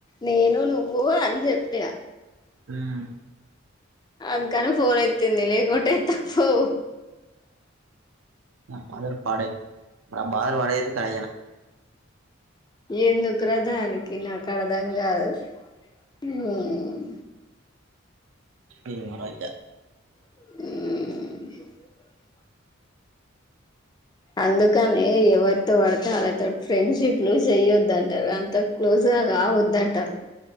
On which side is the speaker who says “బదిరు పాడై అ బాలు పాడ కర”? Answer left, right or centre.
Right